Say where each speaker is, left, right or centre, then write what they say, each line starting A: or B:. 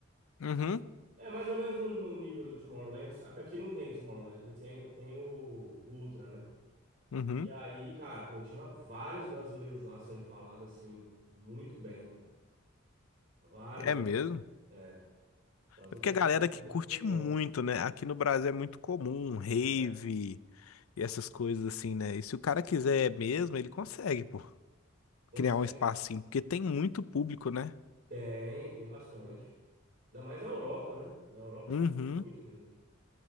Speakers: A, on the left; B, on the right.
A: Uhum,
B: É mais ou menos no no nível do Tomorrowland, só que aqui não tem Tomorrowland, aqui tem, tem o, o Ultra, né?
A: uhum.
B: E aí, cara, pô, tinha vários brasileiros lá sendo falado assim, muito bem, cara. Vários
A: É
B: brasileiros.
A: mesmo?
B: É, o Brasil
A: É porque
B: tá exportando
A: a galera que
B: muito
A: curte
B: DJ
A: muito,
B: bom.
A: né? Aqui no Brasil é muito comum, rave
B: É,
A: e essas coisas assim, né? E se o cara quiser mesmo, ele consegue, pô,
B: consegue.
A: criar um espacinho, porque tem muito público, né?
B: Tem, tem bastante. Ainda mais na Europa, né? Na Europa
A: Uhum.
B: tem muito mesmo.